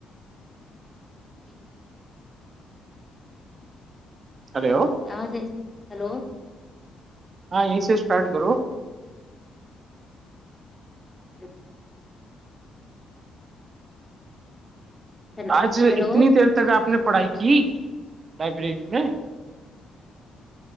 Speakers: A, on the left; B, on the right.
A: ه ہ
B: ہیلو
A: کیا ہے ہیلو
B: ہاں یہی سے اسٹارٹ کرو
A: <inaudible> ہیلو
B: آج
A: ہیلو
B: اتنی دیر تک آپ نے پڑھائی کی لائبریری میں